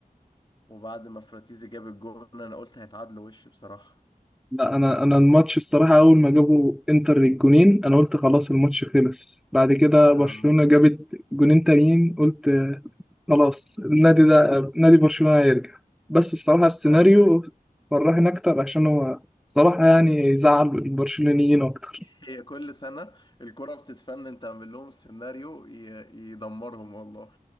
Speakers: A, on the left; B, in the centre.
A: وبعد ما فراتيزي جاب الجون انا قلت هيتعادلوا وش بصراحه
B: لا انا انا الماتش الصراحه اول ما جابوا انتر الجونين انا قلت خلاص الماتش خلص بعد كده برشلونه
A: اه
B: جابت جونين تانيين قلت آه، خلاص النادي ده نادي برشلونه هيرجع بس الصراحه السيناريو
A: ايوه
B: فرحني اكتر عشان هو صراحه يعني زعل البرشلونيين اكتر
A: هي كل سنه الكره بتتفنن تعمل لهم سيناريو ي- يدمرهم والله